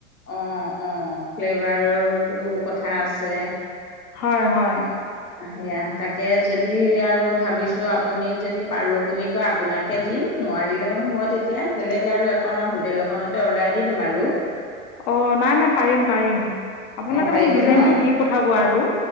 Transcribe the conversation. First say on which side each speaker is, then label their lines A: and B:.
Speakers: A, on the left; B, on the left.
A: অ অ ফ্লেভাৰটো কথা আছে।
B: হয় হয়।
A: সেয়া তাকে যদি আৰু ভাবিছো আপুনি যদি পাৰো বুলি কয় আপোনাক- তে দিম নোৱাৰিলে মানে মই তেতিয়া বেলেগ আৰু এখন আৰু হোটেল এখনতে অৰ্ডাৰ দি দিম আৰু।
B: অ', নাই নাই পাৰিম পাৰিম। আপোনালোকে
A: অ', পাৰিব
B: মোক ডিজাইনটো
A: ন?
B: দি পঠাব আৰু,